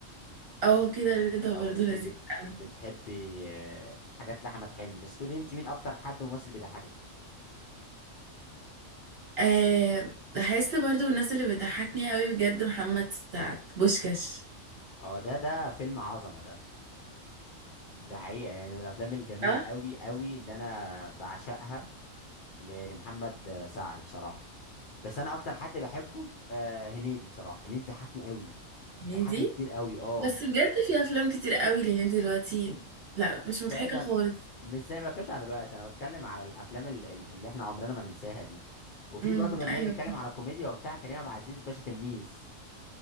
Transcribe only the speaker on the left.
لو
انت
بت...
بتحبي آه، حاجات لاحمد حلمي بس تقولي انت مين اكتر حد ممثل بيضحكك
اه ده ده فيلم عظمة ده ده حقيقة يعني من الافلام الجميلة
قوي قوي اللي انا بعشقها ل... لمحمد سعد بصراحة بس انا اكتر حد بحبه آه، هنيدي بصراحة هنيدي ضحكني قوي
ضحكني كتير قوي اه
لا
بعيدا
مش زي ما بتكلمش على دلوقتي انا بتكلم على الافلام ال- ال- اللي احنا عمرنا ما ننساها دي وفي
برضه لما
بنتكلم على كوميديا وبتاع كريم عبد العزيز باشا تلميذ